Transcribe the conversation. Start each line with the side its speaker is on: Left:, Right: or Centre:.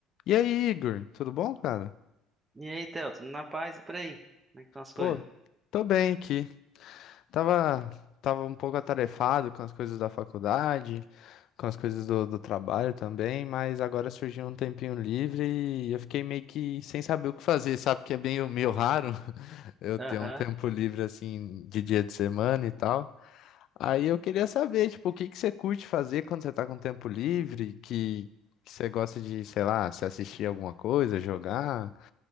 Left: E aí, Igor, tudo bom, cara?
Right: E aí, Theo, tudo na paz e por aí? Como é que estão as coisas?
Left: Pô, tô bem aqui. Tava, tava um pouco atarefado com as coisas da faculdade, com as coisas do, do trabalho também, mas agora surgiu um tempinho livre e eu fiquei meio que sem saber o que fazer, sabe? Porque é meio, meio raro <laughs> eu
Right: Aham.
Left: ter um tempo livre assim de dia de semana e tal. Aí eu queria saber, tipo, o que que você curte fazer quando você tá com tempo livre, que, que você gosta de, sei lá, se assistir alguma coisa, jogar.